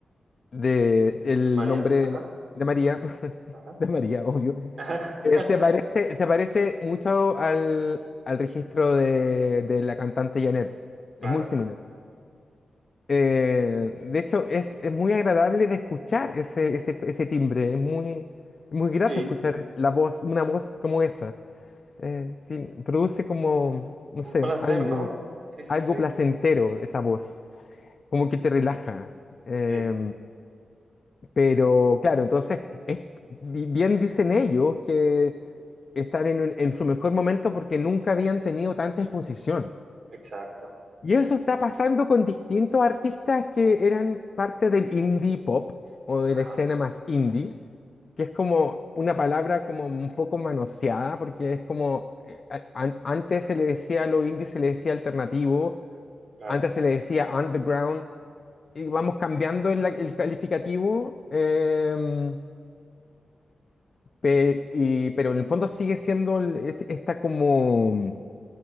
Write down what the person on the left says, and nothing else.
de el
nombre de,
la- de María,
<laughs>
de María, obvio,
eh,
se parece, se parece mucho al, al registro de, de la cantante Janet.
Es muy similar. Eh, de hecho, es, es muy agradable de escuchar ese, ese, ese timbre. Es muy, muy grato
escuchar la voz, una voz como esa. Eh, ti- produce como, no
sé,
algo,
algo
placentero esa voz. Como que te relaja. Eh,
pero claro, entonces, es- bi- bien dicen ellos que están en, un- en su mejor momento porque nunca habían tenido tanta exposición.
Y eso está pasando con distintos artistas que eran parte del indie pop o de
la escena más indie, que es como una palabra como un poco manoseada porque es como, eh, a- an- antes se le decía a lo indie, se le decía alternativo,
antes se le decía underground, y vamos cambiando el, el calificativo. em, Pe- y- pero en el fondo sigue siendo el- este- esta como...